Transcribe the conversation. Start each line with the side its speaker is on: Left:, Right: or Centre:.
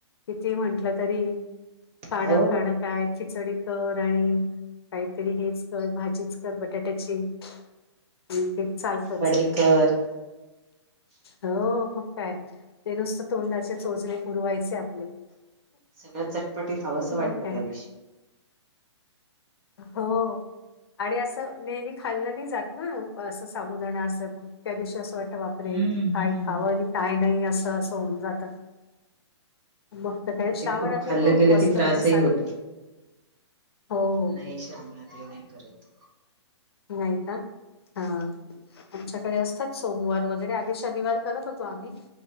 Left: किती म्हंटलं तरी खाणं
Right: हो
Left: खाणं काय खिचडी कर आणि तरी हेच कर भाजीच कर बटाट्याची हम्म हम्म चालतच.
Right: वडेकर
Left: हो मग काय ते नुसत तोंडाचे चोचले पुरवायचे आप
Right: सगळ चटपटीत हवस
Left: मग
Right: वाटतं
Left: काय
Right: त्या दिवशी.
Left: हो आणि असं नेहमी खाल्लं नाही जात न, असं साबूदाणा असं मंग त्या दिवशी असं वाट बापरे!
Right: हम्म
Left: काय
Right: हम्म
Left: खावं आणि काय नाही अस अस होऊन जात. बघते काय
Right: पण
Left: श्रावणातले
Right: ते खूप खाल्लं
Left: पण उपवास
Right: गेलं की
Left: करत
Right: त्रासही
Left: असाल?
Right: होतो
Left: हो
Right: नाही, श्रावणातले नाही करत.
Left: नाही का हा आमच्याकडे असतात सोमवार वगैरे आधी शनिवार करत होतो आम्ही